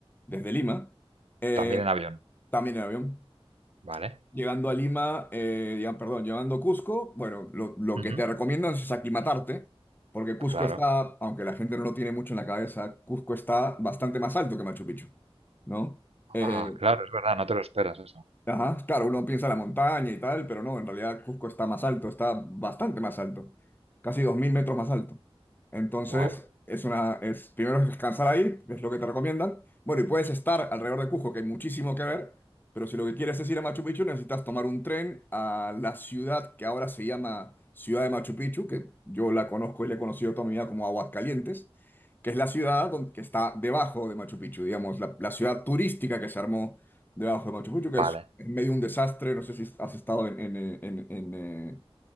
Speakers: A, on the left (about 20°); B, on the right (about 75°).
A: desde Lima, eh,
B: También en avión,
A: también en avión.
B: vale.
A: Llegando a Lima, eh, ya- perdón, llegando a Cusco, bueno, lo, lo
B: Ujú,
A: que te recomiendan es aclimatarte, porque Cusco
B: Claro.
A: está, aunque la gente no lo tiene mucho en la cabeza, Cusco está bastante más alto que Machu Picchu, ¿no? Eh,
B: Ah, claro, es verdad, no te lo esperas eso.
A: Ajá, claro, uno piensa la montaña y tal, pero no, en realidad Cusco está más alto, está bastante más alto, casi 2.000 metros más alto. Entonces,
B: Wow.
A: es una, es, primero es descansar ahí, es lo que te recomiendan. Bueno, y puedes estar alrededor de Cusco, que hay muchísimo que ver, pero si lo que quieres es ir a Machu Picchu, necesitas tomar un tren a la ciudad que ahora se llama Ciudad de Machu Picchu, que yo la conozco y la he conocido toda mi vida como Aguascalientes, que es la ciudad don- que está debajo de Machu Picchu, digamos, la la ciudad turística que se armó debajo de Machu Picchu, que
B: Vale.
A: es en medio de un desastre. No sé si has estado en, en, eh, en- en, eh,